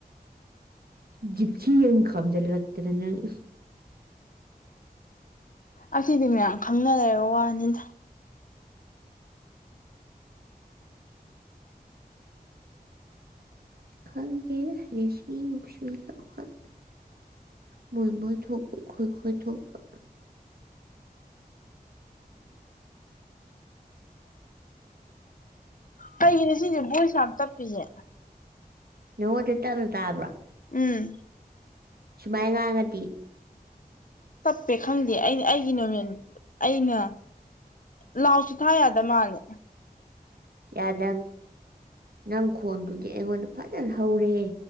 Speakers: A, on the right; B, on the left.
A: ꯖꯤꯞꯁꯤ ꯑꯃ ꯈꯥꯝꯖꯜ ꯂꯛꯇꯗ ꯅꯪ
B: ꯑꯁꯤꯗꯤꯅꯦ ꯈꯪꯅ ꯂꯩꯔ ꯋꯥꯅꯤꯗ
A: ꯈꯪꯗꯦ ꯔꯦꯁꯃꯤ ꯅꯨꯡꯁꯤꯕꯤꯒ ꯑꯈꯣꯢ ꯃꯣꯏ ꯃꯣꯏ ꯊꯣꯛꯄ ꯈꯣꯏꯈꯣꯏ ꯊꯣꯛꯄ
B: ꯀꯩꯒꯤꯅꯦ ꯁꯤꯁꯦ ꯕꯣꯏꯁ ꯌꯥꯝ ꯇꯞꯄꯤꯁꯦ
A: ꯅꯪꯉꯣꯡꯗ ꯇꯞꯅ ꯇꯥꯕꯔꯣ
B: ꯎꯝ
A: ꯁꯨꯃꯥꯏ ꯉꯥꯡ ꯉꯗꯤ
B: ꯇꯞꯄꯦ ꯈꯪꯗꯦ ꯑꯩꯅ ꯑꯩꯒꯤ ꯅꯣꯔꯃꯦꯟ ꯑꯩꯅ ꯂꯥꯎꯗꯁꯨ ꯊꯥ ꯌꯥꯗ ꯃꯥꯜꯂꯦ
A: ꯌꯥꯗꯝ ꯅꯪ ꯈꯣꯟꯗꯨꯗꯤ ꯑꯩꯉꯣꯟꯗ ꯐꯖꯟ ꯍꯧꯔꯦꯍꯦ